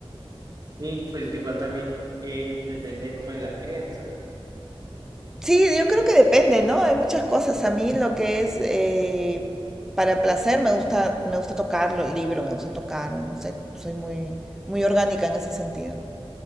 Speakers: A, on the right; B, in the centre.
A: Y pues de igual también eh, depende como de la crianza.
B: Sí, yo creo que depende, ¿no? Hay muchas cosas. A mí lo que es eh, para placer me gusta, me gusta tocarlo, el libro me gusta tocar, no sé, soy muy, muy orgánica en ese sentido.